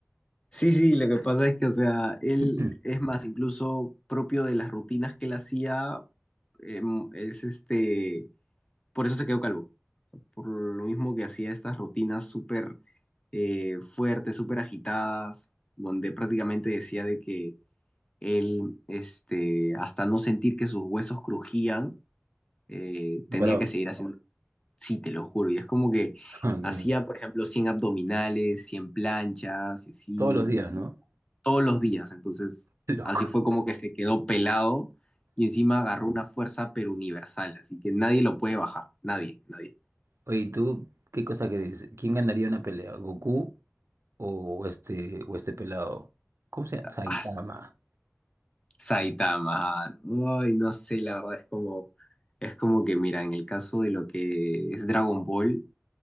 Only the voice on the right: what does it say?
<clears throat>
No
paraba.
<laughs>
Todos los días, ¿no?
<laughs> Loco.
Oye, ¿y ¿tú qué cosa crees? ¿Quién ganaría una pelea? ¿Goku o este, o este pelado? ¿Cómo se llama? Saitama.